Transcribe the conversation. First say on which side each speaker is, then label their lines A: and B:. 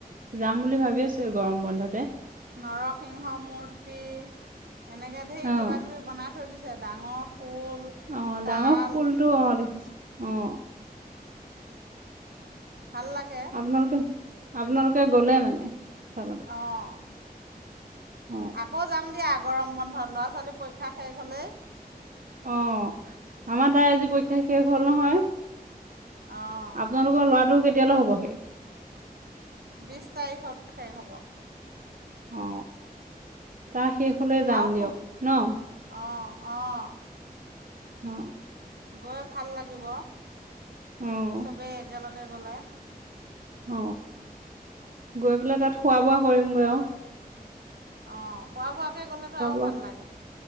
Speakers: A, on the right; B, on the right.
A: যাম বুলি ভাবি আছো গৰম বন্ধতে
B: নৰসিংহ মূৰ্তি এনেকে ধেই
A: অ',
B: কিবা কিবি বনাই থৈ দিছে ডাঙৰ শোল
A: অ
B: তাল
A: ডাঙৰ খুল টো অ দেখিছো অ
B: ভাল লাগে
A: আপোনালোকে আপোনালোকে গলে মানে চাবলৈ
B: অহ
A: অ',
B: আকৌ যাম দিয়া গৰম বন্ধত ল'ৰা ছোৱালী পৰী- ক্ষা শেষ হ'লে
A: অ আমাৰ তাই আজি পৰীক্ষা শেষ হ'ল নহয়
B: অঁ
A: আপোনালোকৰ ল'ৰাটো কে- তেতিয়ালে হ'ব শেষ
B: বিছ তাৰিখৰ শেষ হ'ব
A: অ তাৰ শেষ হ'লে যাম
B: আৰু
A: দিয়ক ন
B: অঁ অঁ
A: অ
B: গৈ ভাল লাগিব
A: অ',
B: চবেই একেলগে লে গ'লে
A: অ গৈ পেলাই তাত খোৱা বোৱা কৰিমগৈ আও
B: অ খোৱা বোৱাকে গলেতো
A: খোৱা
B: আৰু
A: বোৱা
B: ভাল লাগে